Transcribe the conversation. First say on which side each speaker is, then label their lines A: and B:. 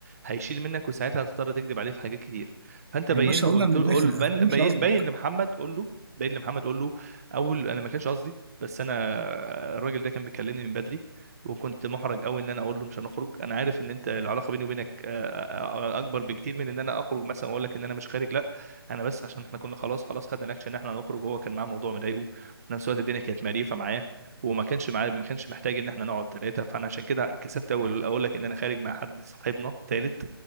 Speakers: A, on the right; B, on the right.
A: هيشيل منك وساعتها هتضطر تكذب عليه في حاجات كتير فانت بين
B: يا باشا
A: له
B: اقولها
A: قلت
B: من
A: له
B: الاخر
A: قول بين,
B: افهمش
A: بين
B: قصدك
A: بين لمحمد قول له بين لمحمد قول له اول انا ما كانش قصدي بس انا الراجل ده كان بيكلمني من بدري وكنت محرج قوي ان انا اقول له مش هنخرج انا عارف ان انت العلاقه بيني وبينك آه، آه، آه، اكبر بكتير من ان انا اخرج مثلا واقول لك ان انا مش خارج لا، انا بس عشان احنا كنا خلاص خلاص خدنا الاكشن ان احنا هنخرج وهو كان معاه موضوع مضايقه وفي نفس الوقت الدنيا كانت مقريفه معاه وما كانش معاه ما كانش محتاج ان احنا نقعد ثلاثه فانا عشان كده كسفت اقول اقول لك ان انا خارج مع حد صاحبنا ثالث